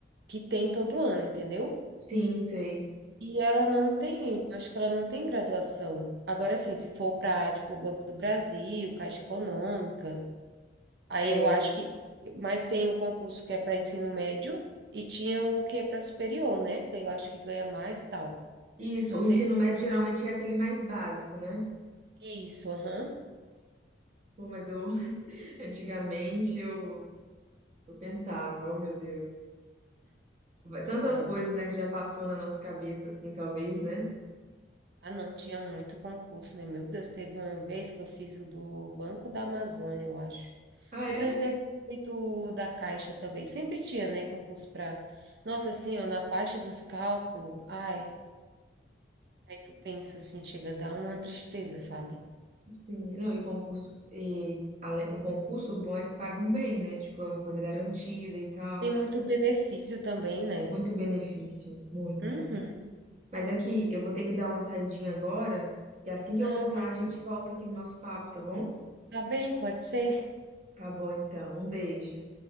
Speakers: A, on the right; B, on the right.
A: que tem todo ano, entendeu?
B: sim, sei.
A: E ela não tem, eu acho que ela não tem graduação. Agora, assim, se for para, tipo, o Banco do Brasil, Caixa Econômica, Aí
B: É,
A: eu acho que. Mas tem o concurso que é para ensino médio e tinha o que é para superior, né? Que daí eu acho que ganha mais e tal.
B: isso.
A: Não
B: O
A: sei
B: ensino
A: se
B: médio geralmente é aquele mais básico, né?
A: é isso, aham.
B: Pô, mas eu, <laughs> antigamente, eu, eu pensava, oh meu Deus. Tantas
A: É.
B: coisas, né, que já passou na nossa cabeça, assim, talvez, né?
A: Ah, não, tinha muito concurso, né? Meu Deus, teve uma vez que eu fiz o do Banco da Amazônia, eu acho.
B: Ah,
A: Mas
B: é?
A: eu devo ter feito o da Caixa também. Sempre tinha, né? Concurso para. Nossa, assim, ó, na parte dos cálculos, ai, aí tu pensa assim, chega a dar uma tristeza, sabe?
B: Sim, não, e concurso, e, ale- o concurso bom é que pagam bem, né? Tipo, é uma coisa garantida e tal.
A: Tem muito benefício também, né?
B: Muito benefício, muito.
A: Uhum.
B: Mas aqui, eu vou ter que dar uma saidinha agora, e assim que
A: Ah,
B: eu voltar, a gente volta aqui no nosso papo, tá bom?
A: Tá bem, pode ser?
B: Tá bom, então. Um beijo.